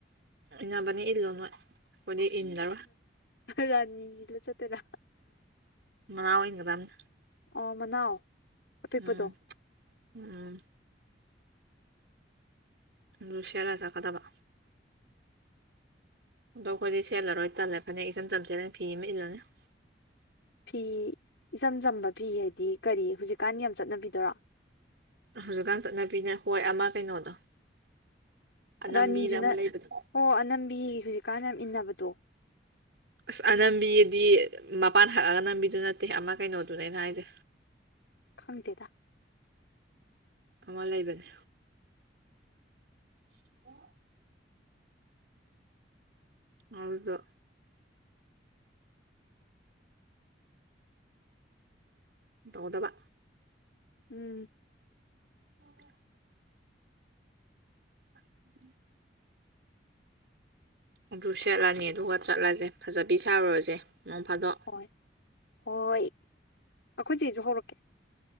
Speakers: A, on the right; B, on the left.
A: ꯏꯅꯕꯅꯦ ꯏꯜꯂꯣ ꯅꯣꯏ ꯑꯩꯈꯣꯏꯗꯤ ꯏꯜꯂꯔꯣꯏ
B: ꯔꯅꯤ ꯏꯜꯂꯥ ꯆꯠꯇ‌ꯣꯏꯔꯥ
A: ꯃꯅꯥꯎ ꯢꯟꯒꯗꯧꯅꯤ
B: ꯑꯣ ꯃꯅꯥꯎ ꯑꯄꯤꯛꯄꯗꯣ
A: ꯎꯝ ꯎꯝ ꯑꯗꯨ ꯁ‌ꯦꯠꯂꯥ ꯆꯠꯀꯗꯕ ꯑꯗꯣ ꯑꯩꯈꯣꯏꯗꯤ ꯁꯦꯂꯔꯣꯏ ꯇꯜꯂꯦ ꯐꯅꯦꯛ ꯏꯆꯝ ꯆꯝ ꯁꯦꯜꯠꯂꯅꯤ ꯐꯤ ꯑꯃ ꯏꯜꯂꯅꯤ
B: ꯐꯤ ꯏꯆꯝ ꯆꯝꯕ ꯐꯤ ꯍꯥꯏꯗꯤ ꯀꯔꯤ ꯍꯧꯖꯤꯛꯀꯥꯟ ꯌꯥꯝ ꯆꯠꯅꯕꯤꯗꯨꯔꯣ
A: ꯍꯧꯖꯤꯛꯀꯥꯟ ꯆꯠꯅꯕꯤꯅ ꯍꯣꯏ ꯑꯃ ꯀꯩꯅꯣꯗꯣ ꯑꯅꯝꯕꯤꯗ
B: ꯔꯥꯅꯤꯖꯨꯅ
A: ꯑꯃ ꯂꯩꯕꯗꯣ
B: ꯍꯣ ꯑꯅꯝꯕꯤ ꯍꯧꯖꯤꯛꯀꯥꯟ ꯌꯥꯝ ꯏꯟꯅꯕꯗꯣ
A: ꯑꯁ ꯑꯅꯝꯕꯤꯗꯤ ꯃꯄꯥꯟ ꯍꯛꯑꯒꯅꯝꯕꯤꯗꯨ ꯅꯠꯇꯦ ꯑꯃ ꯀꯩꯅꯣꯗꯨꯅꯦ ꯑꯩꯅ ꯍꯥꯏꯁꯦ
B: ꯈꯪꯗꯦꯗ
A: ꯑꯃ ꯂꯩꯕꯅꯦ <unintelligible> ꯑꯗꯨꯗ‌ꯣ ꯇꯧꯒꯗꯕ
B: ꯎꯝ
A: <inaudible> <inaudible> ꯑꯗꯨ ꯁꯦꯠꯂꯅꯤ ꯑꯗꯨꯒ ꯆꯠꯂꯁꯦ ꯐꯖꯕꯤ ꯁꯥꯔꯨꯔꯁꯦ ꯅꯣꯡ ꯐꯥꯗꯣꯛ
B: ꯍꯣꯏ ꯍꯣꯏ ꯑꯩꯈꯣꯏ ꯆ‌ꯦꯁꯨ ꯍꯧꯔꯛꯀꯦ